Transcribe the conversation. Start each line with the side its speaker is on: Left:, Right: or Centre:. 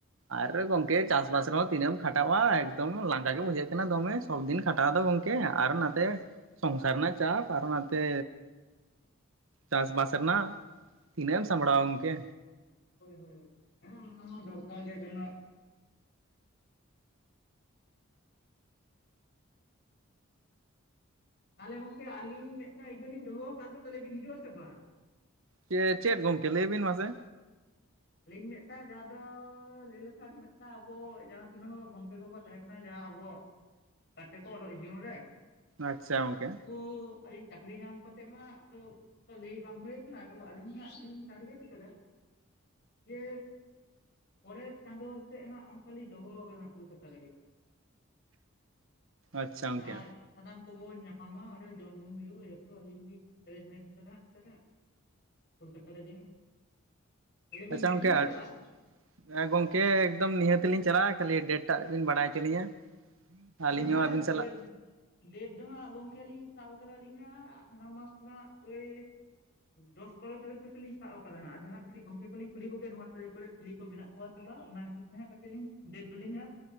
Right: ᱟᱨ ᱜᱚᱝᱠᱮ ᱪᱟᱥ-ᱵᱟᱥ ᱨᱮᱦᱚᱸ ᱛᱤᱱᱟᱹᱜ-ᱮᱢ ᱠᱷᱟᱴᱟᱜᱼᱟ, ᱮᱠᱫᱚᱢ ᱞᱟᱸᱜᱟ ᱜᱮ ᱵᱩᱡᱷᱟᱹᱜ ᱠᱟᱱᱟ ᱫᱚᱢᱮ᱾ ᱥᱚᱵᱫᱤᱱ ᱠᱷᱟᱴᱟᱣ ᱫᱚ ᱜᱚᱝᱠᱮ ᱟᱨ ᱱᱟᱛᱮ ᱥᱚᱝᱥᱟᱨ ᱨᱮᱱᱟᱜ ᱪᱟᱯ ᱟᱨᱚ ᱱᱟᱛᱮ ᱪᱟᱥ-ᱵᱟᱥ ᱨᱮᱱᱟᱜ ᱛᱤᱱᱟᱹᱜ ᱮᱢ ᱥᱟᱢᱵᱲᱟᱣᱟ ᱜᱚᱝᱠᱮ᱾
Left: ᱦᱳᱭ ᱦᱳᱭ ᱦᱮᱸ ᱚᱱᱟ ᱦᱚᱸ ᱫᱚᱨᱠᱟᱨ ᱜᱮ ᱠᱟᱱᱟ᱾ ᱛᱟᱦᱚᱞᱮ ᱜᱚᱝᱠᱮ ᱟᱹᱞᱤᱧ ᱢᱤᱫᱴᱟᱝ ᱤᱭᱟᱹᱞᱤᱧ ᱫᱚᱦᱚᱸ ᱟᱠᱟᱫ ᱫᱚ ᱛᱟᱦᱚᱞᱮ ᱵᱤᱱ ᱦᱤᱡᱩᱜ-ᱟ ᱥᱮ ᱵᱟᱝ?
Right: ᱪᱮ-ᱪᱮᱫ ᱜᱚᱢᱠᱮ ᱞᱟᱹᱭ ᱵᱤᱱ ᱢᱟᱥᱮ?
Left: ᱟᱹᱞᱤᱧ ᱢᱤᱫᱴᱟᱝ ᱡᱟᱦᱟᱸ ᱫᱚ ᱞᱟᱹᱭ ᱞᱮᱠᱷᱟᱱ ᱢᱤᱫᱴᱟᱝ ᱟᱵᱚ ᱡᱟᱦᱟᱸ ᱛᱤᱱᱟᱹᱜ ᱜᱚᱝᱠᱮ ᱠᱚ ᱠᱚ ᱛᱟᱦᱮᱸ ᱠᱟᱱᱟ ᱡᱟᱦᱟᱸ ᱟᱵᱚᱣᱟᱜ ᱜᱟᱛᱮ ᱠᱚ ᱚᱞᱚᱜ ᱡᱤᱭᱚᱱ ᱨᱮ
Right: ᱟᱪᱪᱷᱟ ᱜᱚᱝᱠᱮ
Left: ᱩᱱᱠᱩ ᱟᱹᱞᱤᱧ ᱪᱟᱹᱠᱨᱤ ᱧᱟᱢ ᱠᱟᱛᱮᱫ ᱢᱟ ᱟᱫᱚ ᱚᱝᱠᱟ ᱞᱟᱹᱭ ᱵᱟᱝ ᱦᱳᱭ ᱟᱠᱟᱱᱟ, ᱟᱫᱚ ᱟᱹᱞᱤᱧ ᱦᱟᱸᱜ ᱞᱤᱧ ᱴᱟᱨᱜᱮᱴ ᱟᱠᱟᱫᱟ ᱡᱮ ᱯᱚᱨᱮᱨ ᱪᱟᱸᱫᱳ ᱥᱮᱫ ᱦᱟᱸᱜ ᱚᱱᱠᱟᱞᱤᱧ ᱫᱚᱦᱚᱣ ᱟᱠᱟᱱᱟ ᱦᱟᱸᱜ ᱠᱳᱞᱠᱟᱛᱟ ᱨᱮᱜᱮ᱾
Right: ᱟᱪᱪᱷᱟ
Left: <unintelligible>
Right: ᱜᱚᱝᱠᱮ
Left: ᱥᱟᱱᱟᱢ ᱠᱚᱵᱚᱱ ᱧᱟᱯᱟᱢᱟ᱾ ᱚᱸᱰᱮ ᱡᱚᱢ-ᱧᱩ ᱦᱩᱭᱩᱜ-ᱟ ᱡᱷᱚᱛᱚ ᱟᱹᱞᱤᱧ ᱞᱤᱧ ᱮᱨᱮᱧᱡᱢᱮᱱᱴ ᱟᱠᱟᱫᱟ ᱦᱟᱸᱜ ᱱᱚᱸᱰᱮ ᱦᱟᱸᱜ᱾ ᱠᱳᱞᱠᱟᱛᱟ ᱨᱮᱜᱮ ᱦᱟᱸᱜ᱾ ᱛᱟᱦᱚᱞᱮ ᱵᱤᱱ
Right: ᱟᱪᱪᱷᱟ
Left: ᱦᱤᱡᱩᱜ
Right: ᱜᱚᱝᱠᱮ
Left: ᱟᱥᱮ
Right: ᱟᱰ
Left: ᱵᱟᱝ
Right: ᱦᱮᱸ ᱜᱚᱝᱠᱮ ᱮᱠᱫᱚᱢ ᱱᱤᱦᱟᱹᱛ ᱞᱤᱧ ᱪᱟᱞᱟᱜ-ᱟ, ᱠᱷᱟᱹᱞᱤ ᱰᱮᱴ ᱴᱟᱜ ᱵᱤᱱ ᱵᱟᱲᱟᱭ ᱦᱚᱪᱚ ᱞᱤᱧᱟ᱾ ᱟᱹᱞᱤᱧ
Left: ᱡᱳᱭ ᱡᱳᱭ
Right: ᱦᱚᱸ ᱟᱹᱵᱤᱱ ᱥᱟᱞᱟᱜ
Left: ᱰᱮᱰ ᱰᱮᱴ ᱫᱚ ᱦᱟᱸᱜ ᱜᱚᱝᱠᱮ ᱞᱤᱧ ᱞᱤᱧ ᱥᱟᱵ ᱟᱠᱟᱫᱟᱞᱤᱧ ᱦᱟᱸᱜ ᱦᱟᱱᱟ ᱢᱟᱥ ᱨᱮᱱᱟᱜ ᱳᱭ ᱫᱚᱥ ᱵᱟᱨᱚ ᱛᱟᱹᱨᱤᱠᱷ ᱠᱚ ᱥᱮ ᱞᱤᱧ ᱥᱟᱵ ᱟᱠᱟᱫᱟ ᱦᱟᱸᱜ᱾ ᱟᱫᱚ ᱦᱟᱸᱜ ᱠᱟᱹᱴᱤᱡ ᱜᱚᱝᱠᱮ ᱠᱚᱞᱤᱧ ᱠᱩᱞᱤ ᱠᱚᱜᱮ ᱱᱚᱣᱟ ᱛᱟᱹᱨᱤᱠᱷ ᱠᱚᱨᱮᱜ ᱯᱷᱤᱨᱨᱤ ᱠᱚ ᱢᱮᱱᱟᱜ ᱠᱚᱣᱟ ᱥᱮ ᱵᱟᱝ, ᱚᱱᱟ ᱦᱤᱥᱟᱹᱵᱽ ᱛᱮ ᱦᱟᱸᱜ ᱠᱟᱹᱴᱤᱡ ᱞᱤᱧ ᱰᱮᱴ ᱫᱚᱞᱤᱧ ᱦᱟᱸᱜ